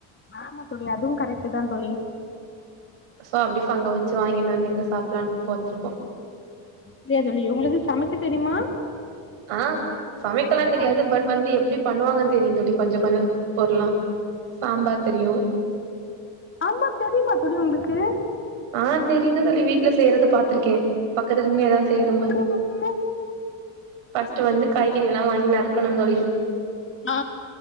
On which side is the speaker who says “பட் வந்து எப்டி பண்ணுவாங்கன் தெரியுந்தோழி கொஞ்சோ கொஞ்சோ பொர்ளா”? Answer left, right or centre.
Right